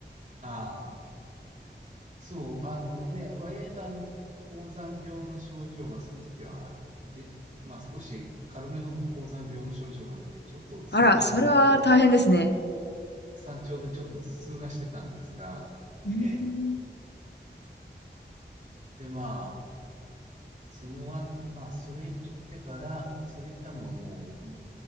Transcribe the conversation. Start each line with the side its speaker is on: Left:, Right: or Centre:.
Right: ああ、そう、あのね、割合とあの、高山病の症状がその時は、あ、で、まあ少し軽めの高山病の症状が出て、ちょっと山頂だとず
Left: あら、それは大変ですね。
Right: 山頂でちょっと頭痛がしてたんですが、
Left: うーん。
Right: ええで、まそのあ、まあ、それ行ってから、それ行ったのがもう、ん